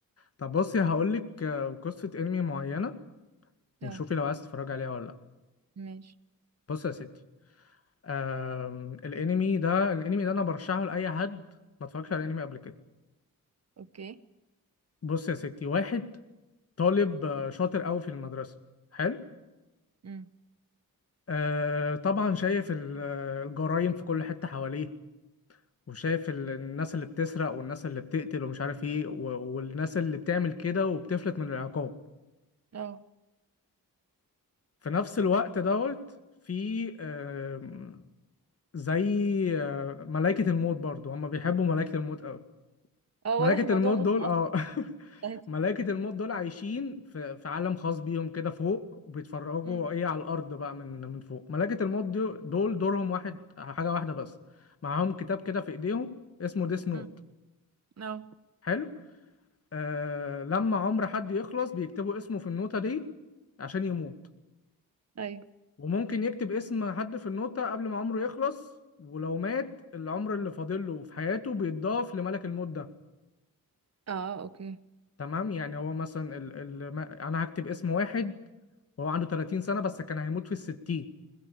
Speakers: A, on the left; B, on the right.
A: طب بصي هقول لك قصه انمي معينه وشوفي
B: اه
A: لو عايز تتفرجي عليها ولا لا
B: ماشي
A: بصي يا ستي آم، الانمي ده الانمي ده انا برشحه لاي حد ما اتفرجش على الانمي قبل كده
B: اوكي
A: بص يا ستي واحد طالب آه، شاطر قوي في المدرسه حلو
B: امم
A: آه طبعا شايف ال- آه، الجرايم في كل حته حواليه وشايف ال- الناس اللي بتسرق والناس اللي بتقتل ومش عارف ايه و- والناس اللي بتعمل كده وبتفلت من العقاب
B: اه
A: في نفس الوقت دوت في آم، زي آه، ملائكة الموت برضو هما بيحبوا ملائكة الموت قوي
B: اه
A: ملائكة
B: واضح الموضوع
A: الموت
B: نط
A: دول اه <laughs>
B: اصلا
A: ملائكة الموت دول عايشين في في عالم خاص بيهم كده فوق وبيتفرجوا
B: امم
A: ايه على الأرض بقى من من فوق ملائكة الموت دو- دول دورهم واحد حاجة واحدة بس معاهم كتاب كده في ايديهم اسمه ديس نوت
B: امم اه
A: حلو آه لما عمر حد يخلص بيكتبوا اسمه في النوتة دي عشان يموت
B: ايوه
A: وممكن يكتب اسم حد في النوتة قبل ما عمره يخلص ولو مات العمر اللي فاضله في حياته بيتضاف لملك الموت ده
B: اه اوكي
A: تمام يعني هو مثلا ال... ال... ما- انا هكتب اسم واحد وهو عنده 30 سنة بس كان هيموت في الستين